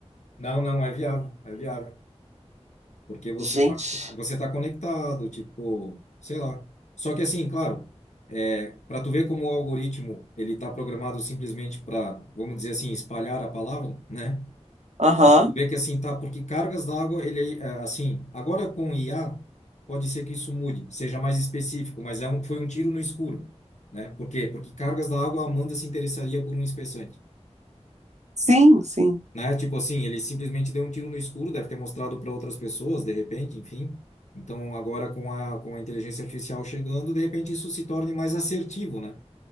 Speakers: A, on the left; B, on the right.
A: Não, não, é viável, é viável. porque você
B: Gente,
A: tá, você tá conectado, tipo, sei lá. Só que assim, claro, é, para tu ver como o algoritmo ele tá programado simplesmente para, vamos dizer assim, espalhar a palavra, né?
B: aham.
A: Tu vê que assim, tá, porque cargas d'água, ele é, assim, agora com IA, pode ser que isso mude, seja mais específico, mas é um, foi um tiro no escuro, né? Por quê? Porque cargas d'água, a Amanda se interessaria por um espessante
B: Sim, sim.
A: né? Tipo assim, ele simplesmente deu um tiro no escuro, deve ter mostrado para outras pessoas, de repente, enfim. Então, agora com a, com a inteligência artificial chegando, de repente isso se torne mais assertivo, né?